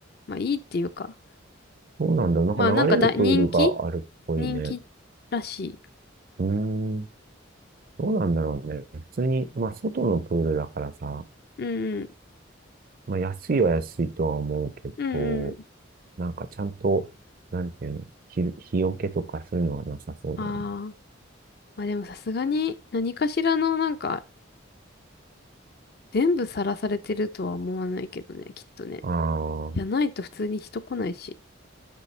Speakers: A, on the left (about 50°); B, on the right (about 45°).
A: まあいいっていうか。
B: そうなんだ。なんか流れるプールがあるっぽいね。
A: まあなんかだ人気人気らしい。
B: うん。どうなんだろうね。普通に、まあ外のプールだからさ、
A: うんうん。
B: まあ安いは安いとは思うけど、
A: うんうん。
B: なんかちゃんと、なんていうの、日、日よけとかそういうのはなさそうだよね。
A: ああ。まあでもさすがに何かしらのなんか全部さらされてるとは思わないけどね、きっとね。
B: ああ、
A: じゃないと普通に人来ないし。